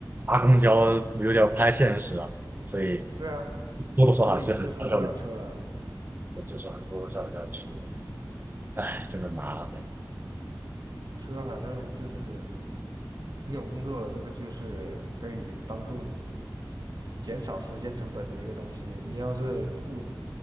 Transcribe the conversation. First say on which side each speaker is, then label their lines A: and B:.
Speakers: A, on the right; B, on the right.
A: 搭公交有点不太现实啊，所以
B: 对啊，
A: 多多少少还是还是要有，
B: 所以这时候就要车了。
A: 就是还是多多少少要去的。唉，真的麻烦。
B: 车反正就是，嗯，你有工作了，这个就是可以帮助你减少时间成本的一个东西。你要是不